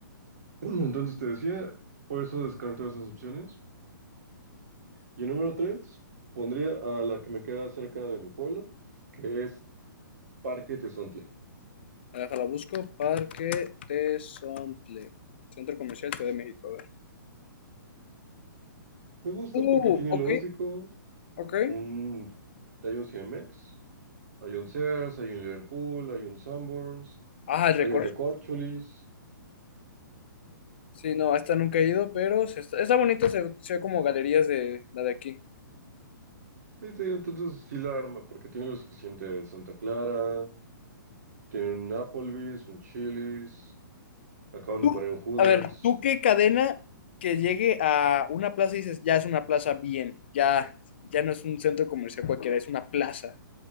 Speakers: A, on the right (about 45°); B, on the left (about 30°).
A: <clears throat> Entonces te decía, por eso descarto esas opciones. Y el número tres, pondría a la que me queda cerca de mi pueblo, que es Parque Tezontle.
B: A ver, Déjala, busco. Parque Tesontle, Centro Comercial Ciudad de México, a ver.
A: Me gusta
B: Uh,
A: porque tiene
B: ok,
A: lo básico,
B: ok.
A: un... hay un CMX, hay un Sears, hay un Liverpool, hay un Sanborns,
B: Ah, el recorrido.
A: hay un Recorcholis.
B: Sí, no, hasta nunca he ido, pero se está, está bonito, se, se ve como galerías de la de aquí.
A: Sí, te digo, entonces sí la arma, porque tiene lo suficiente de Santa Clara, Tienen un Applebee's, un Chili's, acaban
B: Tú-
A: de poner un Hooters,
B: a ver, ¿tú qué cadena que llegue a una plaza y dices, ya es una plaza bien, ya, ya no es un centro comercial cualquiera, es una plaza,